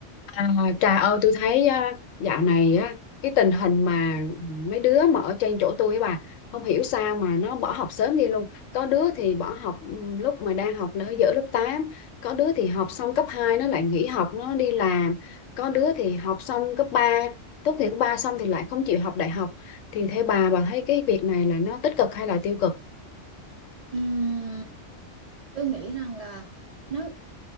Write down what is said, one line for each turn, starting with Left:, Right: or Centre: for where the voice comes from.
Left: À, Trà ơi tôi thấy á, dạo này á cái tình hình mà mấy đứa mà ở trên chỗ tôi á bà không hiểu sao mà nó bỏ học sớm đi luôn có đứa thì bỏ học ừ, lúc mà đang học là giữa lớp tám có đứa thì học xong cấp 2 nó lại nghỉ học nó đi làm có đứa thì học xong cấp ba tốt nghiệp cấp 3 xong thì lại không chịu học đại học thì theo bà bà thấy cái việc này là nó tích cực hay là tiêu cực
Right: Ừm, tôi nghĩ rằng là nó